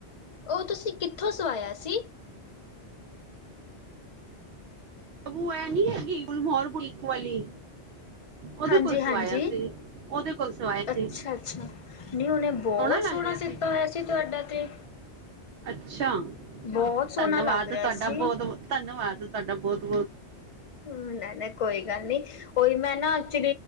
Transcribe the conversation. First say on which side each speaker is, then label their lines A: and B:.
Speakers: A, on the left; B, on the right.
A: ਉਹ ਤੁਸੀਂ ਕਿੱਥੋਂ ਸਵਾਇਆ ਸੀ?
B: ਬੂ ਐ ਨੀ ਹੈਗੀ ਗੁਲਮੋਹਰ ਬੋਟਿਕ ਵਾਲੀ ਉਹਦੇ
A: ਹਾਂਜੀ
B: ਕੋਲ ਸਵਾਇਆ
A: -ਹਾਂਜੀ,
B: ਸੀ ਉਹਦੇ ਕੋਲ ਸਵਾਇਆ ਸੀ
A: ਅੱਛਾ -ਅੱਛਾ ਨ ਉਹਨੇ ਬਹੁਤ
B: ਲੱਗ
A: ਸੋਹਣਾ
B: ਰਿਹਾ ਸੀ
A: ਸਿੱਤਾ ਹੋਇਆ ਸੀ ਤੁਹਾਡਾ ਤੇ
B: ਅੱਛਾ!
A: ਬਹੁਤ ਸੋਹਣਾ
B: ਧੰਨਵਾਦ
A: ਲੱਗ ਰਿਹਾ
B: ਤੁਹਾਡਾ
A: ਸੀ।
B: ਬਹੁਤ ਬ ਧੰਨਵਾਦ ਤੁਹਾਡਾ ਬਹੁਤ
A: ਹਮ ਨੇ ਨਾ ਕੋਈ ਗੱਲ ਨੀ ਉਹੀ ਮੈਂ ਨਾ- ਜੇ